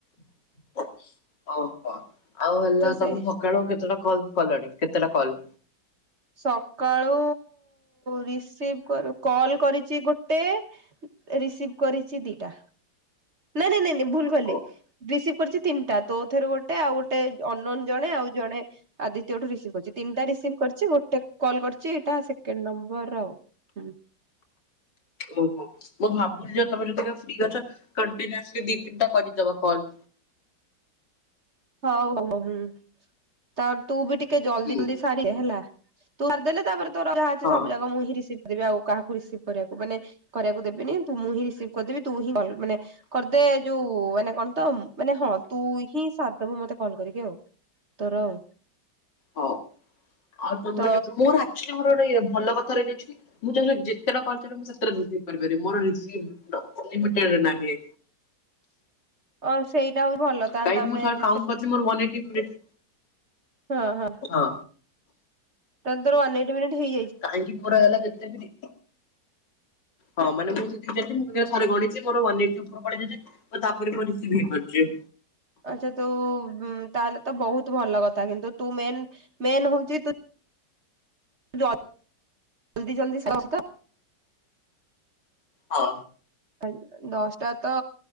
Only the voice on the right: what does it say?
ତ
ସେ
ସକାଳୁ ରିସିଭ୍ କରୁ କଲ୍ କରିଚି ଗୋଟେ ରିସିଭ୍ କରିଛି ଦିଟା ନାଇଁ ନାଇଁ ନାଇଁ ନାଇଁ ଭୁଲ୍ କହିଲି
ରିସିଭ୍ କରିଚି ତିନିଟା ତୋ ଥରୁ ଗୋଟେ ଆଉ ଗୋଟେ ଅନନୋନ୍ ଜଣେ ଆଉ ଜଣେ ଆ ଦ୍ୱିତୀୟଠୁ ରିସିଭ୍ କରିଚି ତିନିଟା ରିସିଭ୍ କରିଚି ଗୋଟେ କଲ୍ କରିଚି ଏଇଟା ସେକେଣ୍ଡ ନମ୍ବର ଆଉ। ହୁଁ।
ହଉ ହଉ ହୁଁ ତ ତୁ ବି ଟିକେ ଜଲଦି
ଜଲଦି ସାର୍ ରିଦେ ହେଲା ତୁ ସାରିଦେଲେ ତାପରେ ତୋର ଯାହା ଅଛି
ସବୁ ଜାକ ମୁଁ ହିଁ ରିସିଭ୍ ବି ଆଉ କାହାକୁ ରିସିଭ୍ କରିବାକୁ ମାନେ କରିବାକୁ ଦେବିନି ତୁ ମୁଁ ହିଁ ରିସିଭ୍ କରିଦେବି ତୁ ହିଁ କଲ୍ ମାନେ କରିଦେ ଯୋଉ ମାନେ କଣ ତ ଉମ୍ ମାନେ ହଁ ତୁ ହିଁ ସାର ଦବୁ ମତେ କଲ୍ କରିକି ଆଉ ତୋର ଆଉ।
ତ
ଓ ସେଇଟା ଆହୁରି ଭଲ। ତାହେଲେ
ତମେ
ଯେତେ
ହଁ ହଁ।
ତାଲେ ତୋର ୱାନ ଏଇଟି ମିନିଟ୍ ହେ
ଆଚ୍ଛା ତୁ ତାହଲେ ତ ବହୁତ୍ ଭଲ କଥା କିନ୍ତୁ ତୁ ମେନ୍ ମେନ୍ ହଉଛି ତୁ ଜ ଜଲଦି ଜଲଦି ସରୁଛି ତ?
<unintelligible> ଦଶଟା ତ